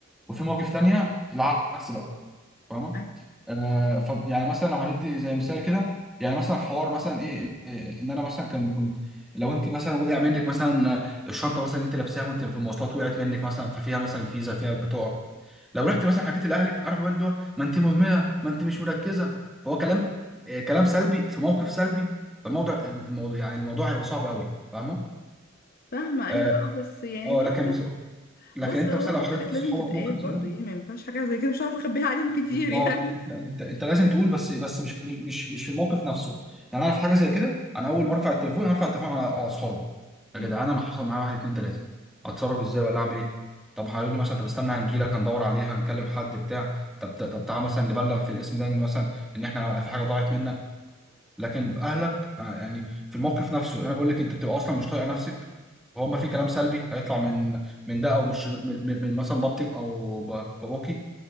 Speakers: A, in the centre; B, on the left.
A: وفي مواقف تانية العكس بقى فاهمة؟
B: أي-
A: آه ف يعني مثلا لو هندي زي مثال كده يعني مثلا حوار مثلا إيه إيه، إيه، إن أنا مثلا كان كنت لو أنت مثلا وقع منك مثلا آه، الشنطة مثلا أنت لابساها وأنت في المواصلات وقعت منك مثلا ففيها مثلا فيزا فيها بطاقة لو رحت مثلا حكيت لاهلك عارف بقى اللي هو ما انت مهمله ما انت مش مركزه فهو كلام آه، كلام سلبي في موقف سلبي فالموضوع الموضوع يعني الموضوع هيبقى صعب قوي فاهمه
B: فاهمة أيوة
A: اه
B: اه بس يعني
A: آه،
B: في
A: لكن
B: حاجات
A: بس لكن
B: بص
A: انت
B: هو
A: مثلا لو
B: في
A: حطيت
B: حاجات
A: صحابك
B: لازم تتقال
A: موقف زي
B: برضو
A: ده
B: ايه ما ينفعش حاجة زي كده مش عارفة اخبيها عليهم كتير
A: بالظبط
B: <laughs> يعني
A: انت انت لازم تقول بس بس مش في مش مش في الموقف نفسه يعني انا في حاجه زي كده انا اول ما ارفع التليفون هرفع التليفون على على اصحابي
B: مم.
A: يا جدعان انا حصل معايا واحد اتنين تلاته اتصرف ازاي ولا اعمل ايه طب هيقول لي مثلا طب استنى هنجيلك هندور عليها هنكلم حد بتاع طب طب تعالى مثلا نبلغ في الاسم ده إن مثلا ان احنا في حاجه ضاعت منك لكن اهلك آه، يعني في الموقف نفسه انا بقول لك انت بتبقى اصلا مش طايقه نفسك وهو ما في كلام سلبي هيطلع من من ده او مش من, من من مثلا بابتك او ب- باباكي